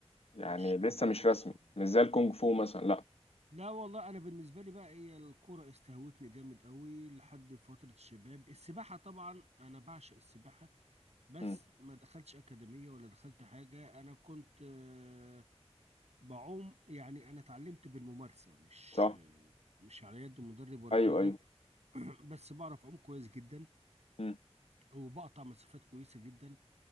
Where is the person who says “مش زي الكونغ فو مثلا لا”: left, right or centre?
Left